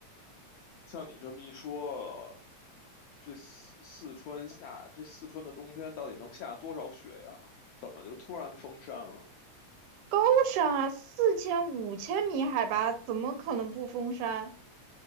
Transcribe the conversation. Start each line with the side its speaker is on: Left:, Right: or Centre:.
Left: 像你这么一说，这四四川下这四川的冬天到底能下多少雪呀？怎么就突然封山了？
Right: 高山啊，四千五千米海拔，怎么可能不封山？